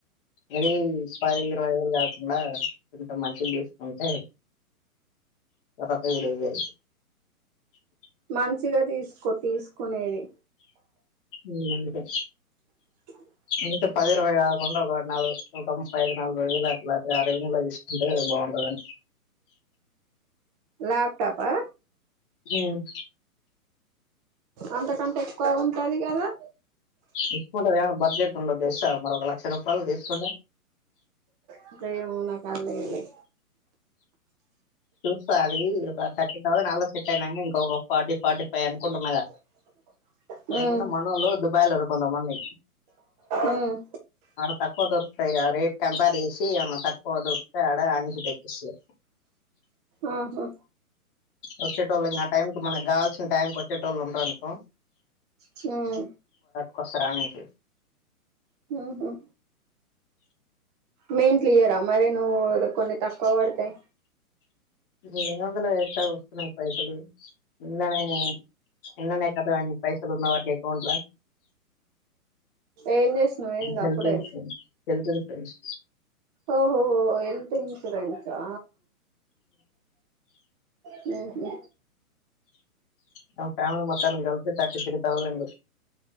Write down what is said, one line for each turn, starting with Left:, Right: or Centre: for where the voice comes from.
Left: అదీ పద్ ఇరవై వేలు కాకుండా కొంత మనుషుల్ తీసుకుంటే లేకపోతే ఈడే <unintelligible>
Right: మంచిగా తీసుకో తీసుకునేది
Left: హుమ్మ్ అందుకే
Right: <inaudible>
Left: ఇంత పది ఇరవై కాకుండా ఒక నాలుగు ఒక ముప్పై ఐదు నలభై వేలు అట్లా అయితే అరేంజ్ లో తెస్కుంటా అంటే బాగుంటదని
Right: ల్యాప్టాపా
Left: హ్మ్
Right: అంతకంటే ఎక్కువ ఉంటది కదా
Left: తీసుకుంటది కానీ బడ్జెట్ ఉండదు తెలుసా మరి ఒక లక్ష రూపాయల్ తీసుకుంట
Right: ఇంకేమునా కార్లో ఏయ్ లే
Left: చూస్తా అది ఒక థర్టీన్ <unintelligible> సెట్ అయినాక ఇంక ఫార్టీ ఫార్టీ ఫైవ్ అనుకుంటున్నాగ
Right: <inaudible>
Left: లేకున్నా
Right: ఉమ్
Left: మనోళ్లు దుబాయ్ లో <unintelligible> కొంత మంది
Right: ఉమ్
Left: ఆడ తక్కువ దొర్ ఫైగా ఆ రేట్ కంపేర్ చేసి అన్న తక్కువ దొరికితే ఆడ <unintelligible>
Right: ఆహా
Left: వచ్చేటోళ్ళు ఇం ఆ టైంకి మనకు కావాల్సిన టైంకి వచ్చేటోళ్లు ఉండారు అనుకో
Right: హ్మ్
Left: కొసరానికి
Right: హు హ్మ్ మెయిన్ క్లియర్ మరి నువ్వు కొన్ని తక్కువ పడతయి
Left: నేన్ వందల ఎట్ వస్తున్నాయి పైసలు <unintelligible> నిన్ననే కద పైసలుగున్నాకి అకౌంట్ల
Right: ఏం చేసినవ్ ఏంది
Left: హెల్త్
Right: అప్పుడే
Left: ఇన్సూరెన్స్ హెల్త్ ఇన్సూరెన్స్
Right: ఓహో హెల్త్ ఇన్సూరెన్సా హ్మ్ హు
Left: మా ఫ్యామిలీ మొత్తానికి కలిపి తర్టీ త్రీ తౌసండ్